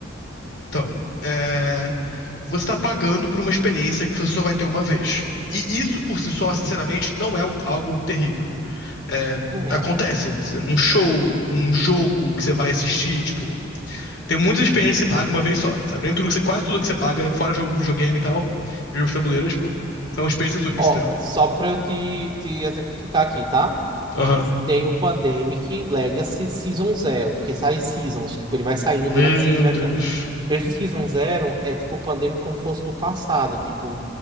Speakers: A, on the left; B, on the right.
A: Então, é, você está pagando por uma experiência que você só vai ter uma vez. E isso por si só, sinceramente, não é um- algo terrível. É,
B: Uhum.
A: acontece, um show, um jogo que você vai assistir, tipo, tem muitas experiências que você paga uma vez só, sabe? Nem tudo que você, quase tudo que você paga, fora jogo, videogame e tal, e jogos de tabuleiro, tipo, são experiências únicas,
B: Ó,
A: entendeu?
B: só para eu te, te exemplificar aqui, tá?
A: Aham.
B: Tem o Pandemic Legacy Season Zero, porque sai seasons, tipo, ele vai saindo
A: Meu
B: durante seasons, vai...
A: Deus.
B: fa- Esse Season Zero é tipo o Pandemic como fosse no passado, tipo